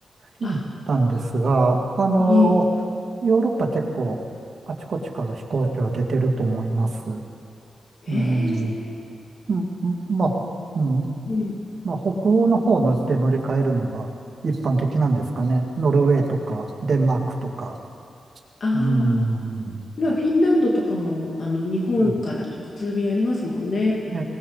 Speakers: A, on the right (about 60°); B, on the left (about 60°).
A: 行ったんですが、
B: あ、
A: あの
B: いい。
A: ヨーロッパ結構、あちこちから飛行機は出てると思います。
B: えー、
A: うん。うん、まあ、うん。
B: うん。
A: まあ、北欧の方の地で乗り換えるのが一般的なんですかね。ノルウェーとか、デンマークとか。
B: ああ、
A: うん。う
B: 今フィンランドとかも、あの、日本から直通便ありますもんね。
A: ん。え